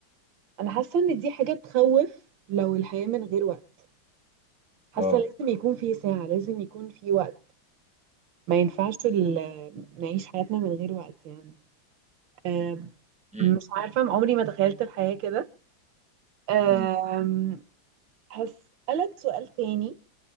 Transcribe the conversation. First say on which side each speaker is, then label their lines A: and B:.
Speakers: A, on the right; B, in the centre.
A: انا حاسة ان دي حاجة تخوف لو الحياة من غير وقت حاسة
B: اه
A: لازم يكون في ساعة لازم يكون في وقت ما ينفعش ال- نعيش حياتنا من غير وقت يعني آه،
B: مم.
A: مش عارفة عمري ما تخيلت الحياة كده آم،
B: مم.
A: هسألك سؤال تاني